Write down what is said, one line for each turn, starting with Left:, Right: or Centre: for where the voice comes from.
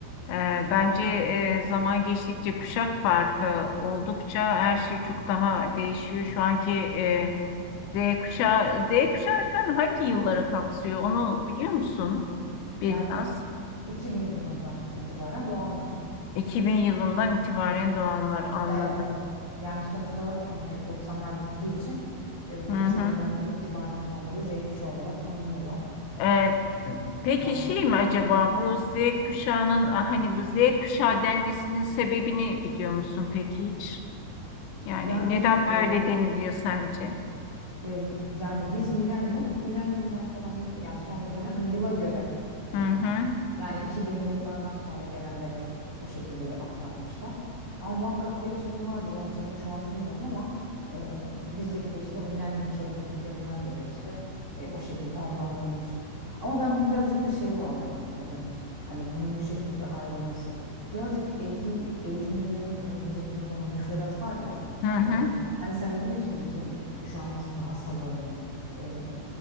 Left: Ee,
Right: hı hı.
Left: Bence e, zaman geçtikçe kuşak farkı oldukça her şey çok daha değişiyor. Şu anki e, Z kuşağı, Z kuşağı şu an hangi yılları kapsıyor? Onu biliyor musun? Biraz.
Right: Yani 2000 yılından itibaren doğanlar.
Left: 2000 yılından itibaren doğanlar anladım.
Right: Evet, Yani sonuçta hani 90'lar bittiği için e,
Left: Hı
Right: 2000'den
Left: hı.
Right: itibaren olanları Z kuşağı olarak tanımlıyorlar.
Left: Ee, peki
Right: Yani
Left: şey
Right: O-
Left: mi acaba bu Z kuşağının ah, hani bu Z kuşağı denmesinin sebebini biliyor musun peki hiç? Yani
Right: yani
Left: neden
Right: e,
Left: böyle deniliyor sence?
Right: E, yani biz milenyum, milenyumdan sonra yani sonra gelen hani yıla göre e,
Left: Hı hı.
Right: yani 2000'li yıllardan sonra gelenlere o şekilde bir ad takmışlar. Ama muhakkak bir açılımı vardır. O açılımı şu an bilmiyorum ama e, bizdeki de işte o milenyum çağı dediklerinden dolayı işte e, o şekilde adlandırılmış. Ama ben birazcık da şeye bağlıyorum. E, hani bunun bu şekilde ayrılması. Birazcık eğitim eğitimde hani bize sunulan o müfredat var ya.
Left: Hı hı.
Right: Hani sen dedin ya işte bizim kuşağımız daha sabırlı. Ee,